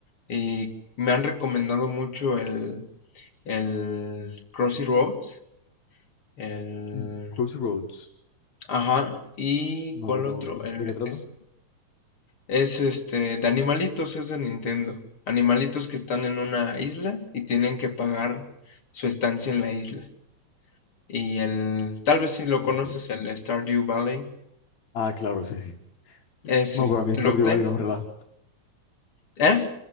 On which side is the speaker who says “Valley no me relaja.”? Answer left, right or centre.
Left